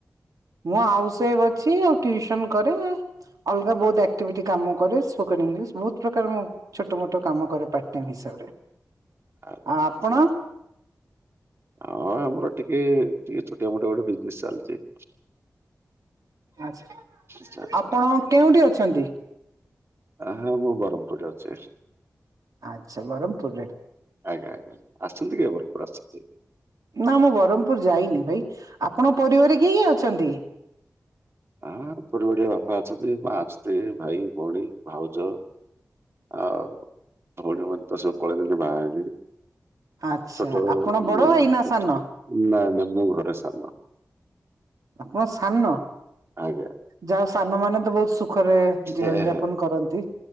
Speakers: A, on the right; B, on the right.
A: ମୁଁ ଆଉସ ୱାଇଫ ଅଛି ଆଉ ଟିଉସନ କରେ। ଅଲଗା ବହୁତ ଆକ୍ଟିଭିଟି କାମ କରେ ସ୍ପୋକନ ଇଂଲିଶ ବହୁତ ପ୍ରକାର ମୁ ଛୋଟ ମୋଟ କାମ କରେ ପାର୍ଟ ଟାଇମ ହିସାବରେ।
B: ଆଚଛା
A: ଆଉ ଆପଣ
B: ଆଛାା <inaudible> ହଁ ଆମର ଟିକେ ଟିକେ ଛୋଟିଆ ମୋଟିଆ ଗୋଟେ ବିଜନେସ ଚାଲିଛି।
A: ଆଚ୍ଛା।
B: ସେଟା
A: ଆପଣ କେଉଁଠି ଅଛନ୍ତି?
B: ହଁ ମୁଁ ବ୍ରହ୍ମପୁରରେ ଅଛି।
A: ଆଚ୍ଛା ବରହମପୁରରେ?
B: ଆଜ୍ଞା ଆଜ୍ଞା ଆସୁଛନ୍ତି କି ଭରପୁରରୁ ଆସିଛନ୍ତି?
A: ନା ମୁଁ ବ୍ରହ୍ମପୁର ଯାଇନି ଭାଇ ଆପଣଙ୍କ ପରିବାର କିଏ କିଏ ଅଛନ୍ତି?
B: ହଁ ବଡିଆ ବାପା ଅଛନ୍ତି ମା ଅଛନ୍ତି ଭାଇ, ଭଉଣୀ, ଭାଉଜ। ଆଉ ଭଉଣୀ ମାନେ ତ ସବୁ ପଳେଇଲେଣି ବାହାହେଲେଣି।
A: ଆଚ୍ଛା
B: ଛୋଟ
A: ଆପଣ ବଡ ଭାଇ ନା ସାନ?
B: ନାଇଁ ନାଇଁ ମୁଁ ଘରେ ସାନ।
A: ଆପଣ ସାନ?
B: ଆଜ୍ଞା।
A: ଯାହା ହଉ ସାନ ମାନେ ତ ବହୁତ ସୁଖରେ ଜୀବନ
B: ହେ
A: ଯାପନ
B: ହେ
A: କରନ୍ତି